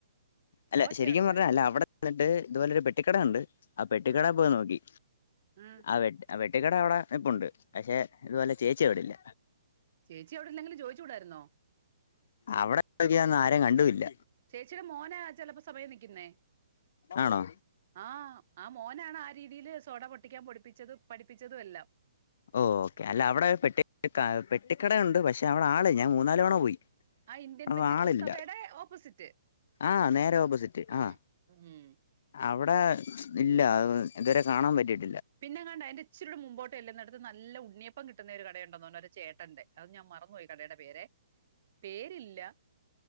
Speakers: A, on the left; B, on the right.
A: അല്ല
B: പോച്ചെവിടുന്ന്
A: ശരിക്കും പറഞ്ഞ അല്ല അവിടെ ചെന്നിട്ട് ഇതുപോലെ ഒരു പെട്ടിക്കട ഉണ്ട് ആ പെട്ടിക്കട
B: ഉം
A: പോയി നോക്കി
B: ഉം
A: ആഹ് പെ പെട്ടിക്കട അവിടെ ഇപ്പുണ്ട് പക്ഷെ ഇതുപോലെ ചേച്ചി ആവിടില്ല
B: ചേച്ചി അവിടെ ഇല്ലെങ്കിലും ചോദിച്ചുകൂടായിരുന്നോ
A: അവിടെക്കിയന്ന ആരേം കണ്ടുഇല്ല
B: ചേച്ചിയുടെ മോനാ ചിലപ്പോ സമയം നിക്കുന്നേ
A: ആണോ
B: ആഹ് ആ മോനാണ് ആ രീതിൽ സോട പൊട്ടിക്കാൻ പൊടിപ്പിച്ചതു പഠിപ്പിച്ചതും എല്ലാം
A: ഓ ഓക്കെ അല്ല അവിടെ പെട്ടി കാ പെട്ടിക്കട ഉണ്ട് പക്ഷെ അവിടെ ആള് ഞാൻ മൂന്നാലവാണ പോയി
B: ആ ഇന്ത്യൻ
A: അവിടെ
B: ബന്ദക്കോസ്ഫടെ
A: ആളില്ല
B: ഓപ്പോസിറ്റ്
A: ആ നേരെ ഓപ്പോസിറ്റ്
B: ഉം
A: ആഹ്
B: ഉം
A: അവിടെ ഇല്ല അയ് <unintelligible> ഇതുവരെ കാണാൻ പറ്റിട്ട്
B: പിന്നെങ്ങണ്ട് ആയ്ന്റെ ഇച്ചിരുടെ മുമ്പോട്ടല്ല്ന്നാടത് നല്ല ഉണയപ്പം കിട്ടുന്ന ഒരു കടയുണ്ടന്ന് പറഞ്ഞ ഒരു ചേട്ടന്റെ അത് ഞാൻ മറന്നുപോയി കടെടെ പേരെ പേരില്ല